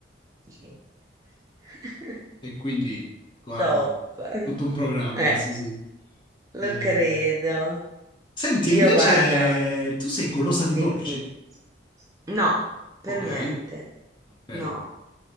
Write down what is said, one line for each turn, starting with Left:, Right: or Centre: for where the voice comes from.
Right: <laughs>
Left: E quindi, guarda,
Right: Top.
Left: tutto un programma,
Right: Eh,
Left: sì, sì. Eh,
Right: lo credo.
Left: Senti, invece
Right: Io guarda,
Left: tu sei golosa di
Right: dimmi.
Left: dolci?
Right: No, per
Left: Ok,
Right: niente.
Left: ok,
Right: No,